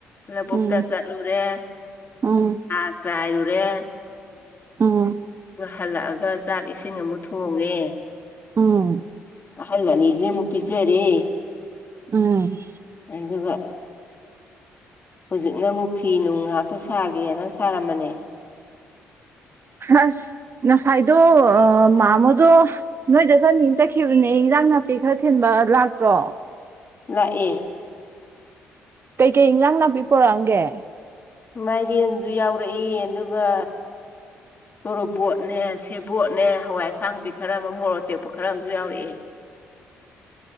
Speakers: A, on the left (about 35°); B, on the right (about 45°).
A: ꯂꯕꯨꯨꯛꯇ
B: ꯎꯝ
A: ꯆꯠꯂꯨꯔꯦ
B: ꯎꯝ
A: ꯍꯥ ꯆꯥꯏꯔꯨꯔꯦ
B: ꯎꯝ
A: ꯑꯗꯨꯒ ꯍꯜꯂꯛꯑꯒ ꯆꯥꯛ ꯏꯁꯤꯡ ꯑꯃꯨꯛ ꯊꯣꯡꯉꯦ
B: ꯎꯝ
A: ꯑꯍꯜ ꯑꯅꯤꯖꯤꯃꯨꯛ ꯄꯤꯖꯔꯦ
B: ꯎꯝ
A: ꯑꯗꯨꯒ ꯍꯧꯖꯤꯛꯅ ꯃꯨ ꯐꯤ ꯅꯨꯡ ꯉꯥꯛꯇ ꯁꯥꯒꯦꯅ ꯁꯥꯔꯝꯕꯅꯦ
B: ꯑꯁ ꯉꯁꯥꯏꯗꯣ ꯑ ꯃꯥꯃꯗꯨ ꯅꯣꯏꯗ ꯆꯅꯤꯅ ꯆꯠꯈꯤꯕꯅꯦ ꯏꯟꯖꯥꯡ ꯅꯥꯄꯤ ꯈꯔ ꯊꯤꯟꯕ ꯂꯥꯛꯇ꯭ꯔꯣ
A: ꯂꯥꯛꯑꯦ
B: ꯀꯩꯀꯩ ꯏꯟꯖꯥꯡ ꯅꯥꯄꯤ ꯄꯣꯔꯛꯑꯝꯒꯦ
A: ꯃꯥꯏꯔꯦꯟꯁꯨ ꯌꯥꯎꯔꯛꯏ ꯑꯗꯨꯒ ꯇꯣꯔꯕꯣꯠꯅꯦ ꯁꯦꯕꯣꯠꯅꯦ ꯍꯋꯥꯏ ꯑꯁꯥꯡꯕꯤ ꯈꯔ ꯑꯃ ꯃꯣꯔꯣꯛ ꯇꯦꯛꯄ ꯈꯔ ꯑꯃꯁꯨ ꯌꯥꯎꯔꯛꯑꯦ